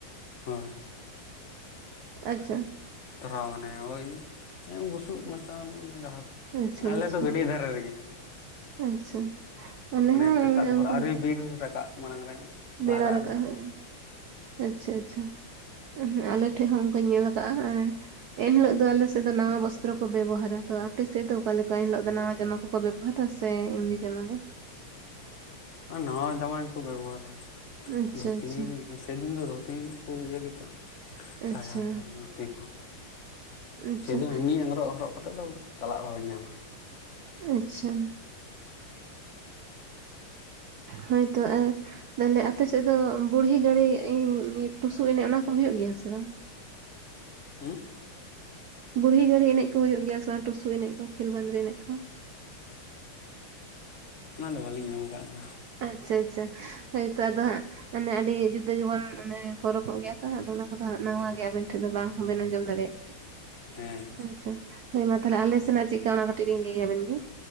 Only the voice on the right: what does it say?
ᱟᱪᱪᱷᱟ
ᱟᱪᱪᱷᱟ
ᱟᱪᱪᱷᱟ
ᱟᱪᱪᱷᱟ ᱟᱞᱮ
ᱦᱚᱸ
ᱚᱱᱮ
ᱚᱱᱠᱟ
ᱵᱮᱲᱟ
ᱨᱟᱠᱟᱵ‌ᱦᱳᱭ,
ᱟᱪᱪᱷᱟ ᱟᱪᱪᱷᱟ ᱟᱞᱮ ᱴᱷᱮᱡ ᱦᱚᱸ ᱚᱱᱠᱟᱧ ᱧᱮᱞ ᱟᱠᱟᱜᱼᱟ ᱮᱱ ᱦᱤᱞᱳᱜ ᱫᱚ ᱟᱞᱮᱥᱮᱫ ᱫᱚ ᱱᱟᱣᱟ ᱵᱚᱥᱛᱨᱚ ᱠᱚ ᱵᱮᱵᱚᱦᱟᱨᱟ ᱛᱚ ᱟᱯᱮ ᱥᱮᱫ ᱫᱚ ᱚᱠᱟ ᱞᱮᱠᱟ ᱮᱱ ᱦᱤᱞᱳᱜ ᱫᱚ ᱱᱟᱣᱟ ᱡᱟᱢᱟ ᱠᱚ ᱠᱚ ᱵᱮᱵᱚᱦᱟᱨᱟ ᱥᱮ ᱮᱢᱤ ᱡᱟᱢᱟ ᱜᱮ
ᱟᱪᱪᱷᱟ
ᱟᱪᱪᱷᱟ
ᱟᱪᱪᱷᱟ
ᱟᱪᱪᱷᱟ
ᱟᱪᱪᱷᱟ ᱦᱚᱭᱛᱚ ᱟᱨ ᱛᱟᱦᱚᱞᱮ ᱟᱯᱮ ᱥᱮᱫ ᱫᱚ ᱵᱩᱲᱦᱤ ᱜᱟᱹᱲᱤ ᱴᱩᱥᱩ ᱮᱱᱮᱡ ᱚᱱᱟ ᱠᱚ ᱦᱩᱭᱩᱜ ᱜᱮᱭᱟ ᱥᱮ ᱵᱟᱝ
ᱵᱩᱲᱦᱤ ᱜᱟᱸᱲᱤ ᱮᱱᱮᱡ ᱠᱚ ᱦᱩᱭᱩᱜ ᱜᱮᱭᱟ ᱥᱮ ᱵᱟᱝ ᱴᱩᱥᱩ ᱮᱱᱮᱡ ᱠᱚ ᱠᱷᱮᱞ ᱵᱟᱸᱫᱽᱨᱤ ᱮᱱᱮᱡ ᱠᱚ
ᱟᱪᱪᱷᱟ ᱟᱪᱪᱷᱟ ᱦᱚᱭᱛᱚ ᱟᱫᱚ ᱦᱟᱸᱜ ᱢᱟᱱᱮ ᱟᱹᱰᱤ ᱡᱩᱫᱟᱹ ᱜᱮᱵᱚᱱ ᱢᱟᱱᱮ ᱯᱚᱨᱚᱵᱚᱜ ᱜᱮᱭᱟ ᱛᱚ ᱚᱱᱟ ᱠᱚᱫᱚ ᱦᱟᱸᱜ ᱱᱟᱣᱟᱜ ᱜᱮ ᱟᱵᱮᱱ ᱴᱷᱮᱱ ᱫᱚ ᱵᱟᱝ ᱦᱚᱸᱵᱮᱱ ᱟᱸᱡᱚᱢ ᱫᱟᱲᱮᱭᱟᱜᱼᱟ
ᱟᱪᱪᱷᱟ, ᱦᱳᱭᱢᱟ ᱛᱟᱦᱞᱮ ᱟᱞᱮ ᱥᱮᱱᱟᱜ ᱪᱮᱫᱠᱟ ᱚᱱᱟ ᱠᱟᱹᱴᱤᱡ ᱞᱤᱧ ᱞᱟᱹᱭ ᱟᱵᱮᱱ ᱜᱮ